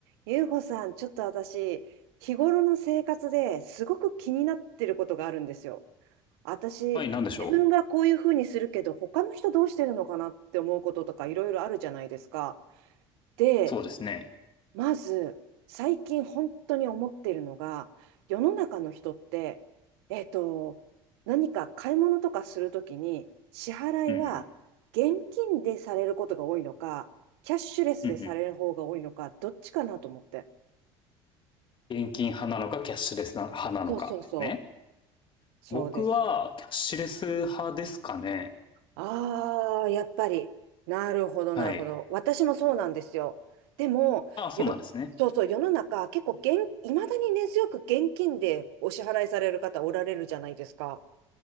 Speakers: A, on the right; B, on the left.
A: ゆうほさん、ちょっと私、日頃の生活ですごく気になってることがあるんですよ。私、
B: はい、なんでしょ
A: 自分はこういうふうにするけど、他の人どうしてるのかなって思うこととかいろいろあるじゃないですか。で、
B: うそうですね。
A: まず、最近本当に思ってるのが、世の中の人って、えっと、何か買い物とかするときに、支払いは現金でされることが多いのか、
B: う。んうん。
A: キャッシュレスでされる方が多いのか、
B: うんうん。
A: どっちかなと思って。
B: 現金派なのか、キャッシュレス派なのかですね。
A: そうそうそう。そうです。
B: 僕は、キャッシュレス派ですかね。
A: ああ、やっぱり。なるほど、
B: はい。
A: なるほど。私もそうなんですよ。でも、
B: ああ、そうなんですね。
A: よ、そうそう、世の中、結構現、いまだに根強く現金でお支払いされる方おられるじゃないですか。